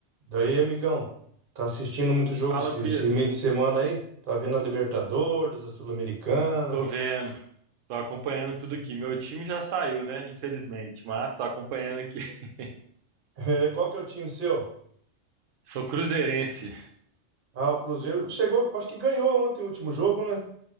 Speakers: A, on the right; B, on the right.
A: Daí, amigão, tá assistindo muito jogo
B: Fala,
A: esse,
B: Pedro.
A: esse meio de semana aí? Tá vendo a Libertadores, a Sul-Americana?
B: Tô vendo,
A: <laughs>
B: tô acompanhando tudo aqui. Meu time já saiu, né? Infelizmente, mas tô acompanhando aqui. <laughs>
A: É, qual que é o time seu?
B: Sou cruzeirense,
A: Ah, o Cruzeiro chegou, acho que ganhou ontem o último jogo, né?